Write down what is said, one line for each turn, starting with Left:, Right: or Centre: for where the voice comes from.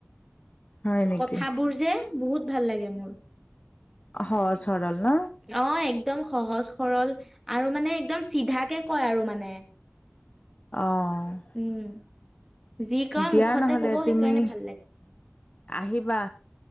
Left: হয় নেকি
Centre: কথাবোৰ যে বহুত ভাল লাগে মোৰ।
Left: সহজ সৰল ন
Centre: অ', একদম সহজ। সৰল আৰু মানে একদম চিধাকে কয় আৰু মানে।
Left: অ',
Centre: উম, যি কয়
Left: দিয়া
Centre: মুখতে
Left: নহ'লে
Centre: কব
Left: তুমি
Centre: সেইকাৰণে ভাল লাগে।
Left: আহিবা।